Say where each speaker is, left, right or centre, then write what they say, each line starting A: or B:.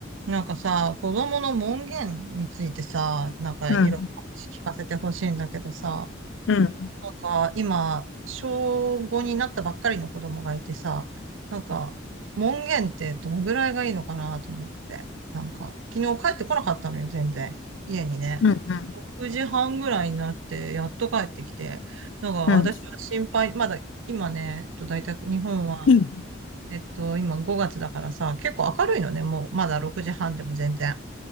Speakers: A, on the right; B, on the left.
A: なんかさ、子供の門限についてさ、なんかいろいろ話聞かせてほしいんだけどさ、
B: うん、うん、
A: なんか今、小5になったばっかりの子供がいてさ、なんか門限ってどのぐらいがいいのかなと思って。なんか、昨日帰ってこなかったのよ、全然。家にね。
B: うん、うん、
A: 6時半ぐらいになって、やっと帰ってきて。なんか私は心配、
B: うん、
A: まだ今ね、えっと、大体日本は、
B: うん、
A: えっと、今5月だからさ、結構明るいのね、もう、まだ6時半でも全然。